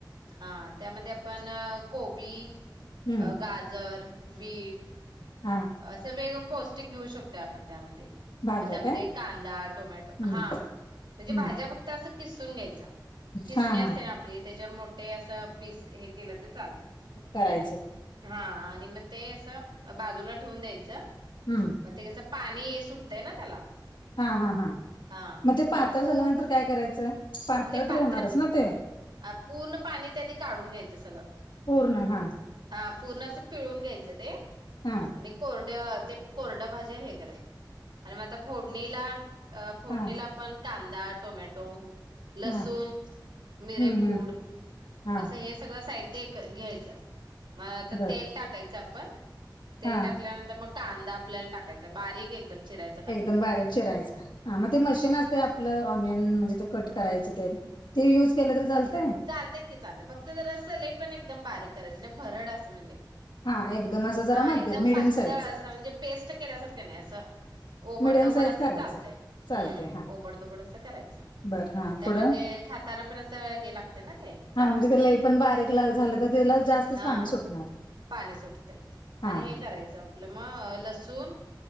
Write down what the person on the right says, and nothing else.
हा त्यामध्ये आपण कोबी,
अ गाजर, बीट,
असं वेगळं पौष्टिक घेऊ शकतो आपण त्यामध्ये,
मग त्यामध्ये
कांदा, टोमॅटो
हा म्हणजे
भाज्या फक्त असं किसून घ्यायच. खिसनी
असते
ना आपली त्याच्यावर मोठे असं पीस हे केलं ते चालतय.
हा आणि मग ते असं बाजूला ठेवून द्यायचं,
मग ते कसं पाणी सुटतय ना त्याला
हा म्हणजे
पू
नाही पात्र
अ पूर्ण पाणी ते आधी काढून घ्यायचं सगळं.
हा पूर्ण असं पिळून घ्यायचं ते
आणि कोर ते कोरड भाजी हे करायचं आणि मग आता फोडणीला फोडणीला
आपण कांदा, टोमॅटो, लसूण,
मिरेपूड
असं हे सगळं साहित्य घ्यायचं. मग आता
तेल टाकायचं आपण तेल
टाकल्यानंतर मग कांदा आपल्याला टाकायचा बारीक एकदम चिराय
चालतय की चालतय फक्त जर असंल पण एकदम बारीक करायचं नाही भरड असं म्हणजे
हा
एकदम
पातळ
अस म्हणजे पेस्ट केल्यासारखं नाही असं ओबडधोबड
असं
चालतंय
हम्म
ओबड धोबड असं करायचं.
त्या
म्हणजे खाताना पण असं, हे लागतं ते ना ते.
दाताखाली
येतंय.
हा
पाणी सुटतय,
आणि हे करायचं आपलं म लसूण,